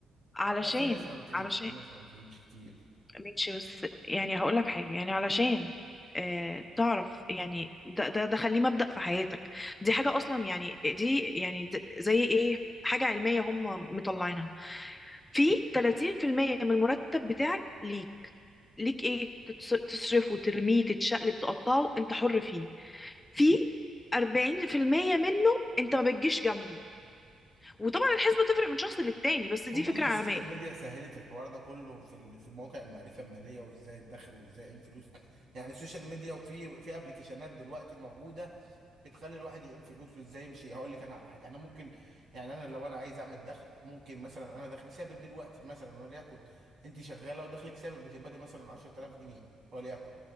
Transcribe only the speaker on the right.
لا في ناس ما بتعينش
في ناس ما بتعينش كتير
خد بالك
السوشيال
ميديا سهلت الحوار ده كله في ال- في مواقع المعرفه الماليه وازاي ادخر وازاي اعمل فلوس يعني السوشيال ميديا وفي في ابلكيشنات دلوقتي موجوده بتخلي الواحد يقيم فلوسه ازاي يمشي هقول لك انا على حاجه انا ممكن يعني انا لو انا عايز اعمل دخل ممكن مثلا انا دخلي ثابت دلوقتي مثلا وليكن انت شغاله ودخلك ثابت بتبقى مثلا 10000 جنيه وليكن